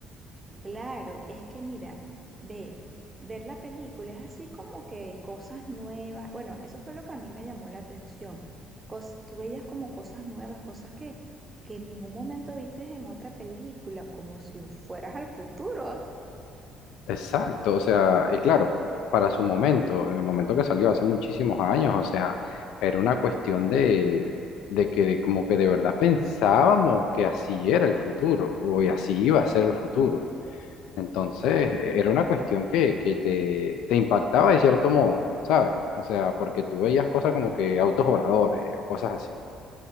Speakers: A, on the right; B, on the left.
A: Claro, es que mira, ve, ver la película es así como que cosas nuevas. Bueno, eso fue lo que a mí me llamó la atención. Cos- tú veías como cosas nuevas, cosas que, que en ningún momento vistes en otra película, como si fueras al futuro.
B: Exacto, o sea, y claro, para su momento, en el momento que salió hace muchísimos años, o sea, era una cuestión de, de que de- como que de verdad pensábamos que así era el futuro, o y así iba a ser el futuro. Entonces, e-, era una cuestión que, que te, te impactaba de cierto modo, ¿sabes? O sea, porque tú veías cosas como que autos voladores o cosas así.